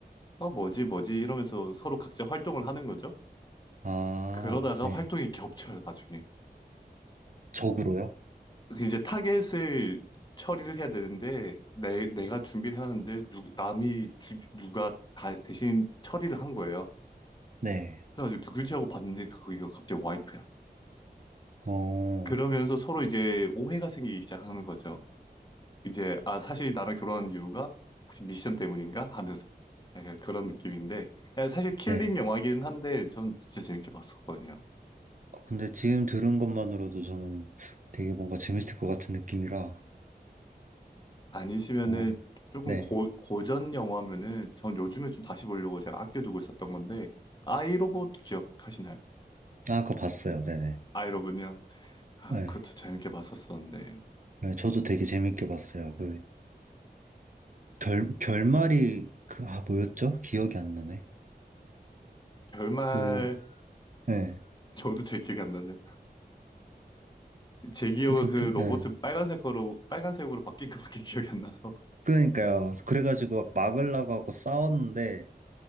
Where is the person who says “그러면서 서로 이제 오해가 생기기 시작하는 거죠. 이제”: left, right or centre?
Left